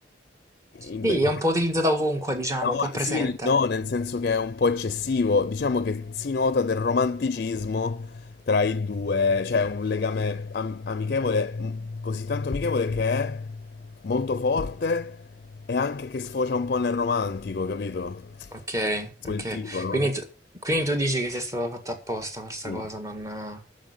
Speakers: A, on the left; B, on the right.
A: impe-
B: Sì,
A: impe-
B: è un po' utilizzato ovunque, diciamo,
A: No,
B: un po' presente.
A: sì, no, nel senso che è un po' eccessivo. Diciamo che si nota del romanticismo tra i due, cioè un legame am- amichevole, m- così tanto amichevole che è molto forte e anche che sfocia un po' nel romantico, capito?
B: Ok,
A: Quel
B: ok.
A: tipo, no?
B: Quindi tu, quindi tu dici che sia stato fatto apposta questa
A: Mm.
B: cosa, non...